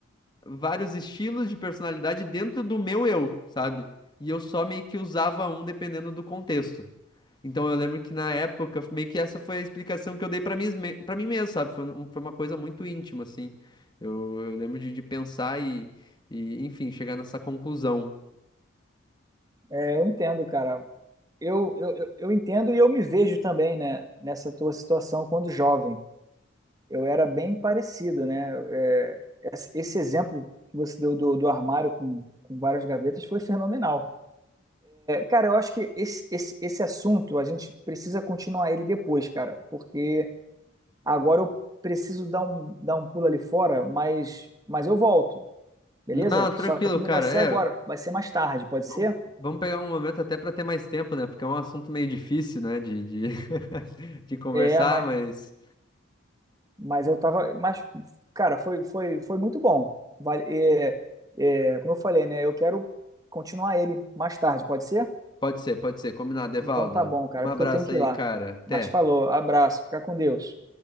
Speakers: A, on the left (about 20°); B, on the right (about 20°).
A: vários estilos de personalidade dentro do meu eu, sabe? E eu só meio que usava um dependendo do contexto. Então eu lembro que na época, meio que essa foi a explicação que eu dei pra mim, esme- pra mim mesmo, sabe? Foi, um- um, foi uma coisa muito íntima, assim. Eu, eu lembro de, de pensar e, e, enfim, chegar nessa conclusão.
B: é, eu entendo, cara. Eu, eu, eu eu entendo e eu me vejo também, né, nessa tua situação quando jovem. Eu era bem parecido, né? É, esse esse exemplo que você deu do, do armário com, com várias gavetas foi fenomenal. Cara, eu acho que esse, esse, esse assunto a gente precisa continuar ele depois, cara, porque agora eu preciso dar um, dar um pulo ali fora, mas, mas eu volto, beleza?
A: Não, tranquilo,
B: Só que não
A: cara.
B: vai ser
A: É,
B: agora, vai ser mais tarde, pode
A: vamos,
B: ser?
A: vamos pegar um momento até pra ter mais tempo, né? Porque é um assunto meio difícil, né? De, de, <laughs> de conversar,
B: É, mas,
A: mas.
B: mas eu tava. Mas, cara, foi, foi, foi muito bom. Vale, é, é, como eu falei, né? Eu quero continuar ele mais tarde, pode ser?
A: Pode ser, pode ser. Combinado, Evaldo.
B: Então tá bom, cara,
A: Um abraço
B: porque eu tenho que
A: aí,
B: ir lá.
A: cara. Até.
B: Mas falou, abraço, fica com Deus.